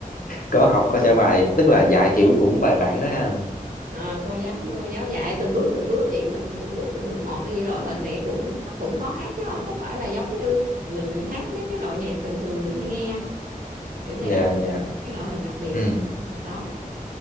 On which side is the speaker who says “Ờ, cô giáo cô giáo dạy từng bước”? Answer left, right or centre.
Right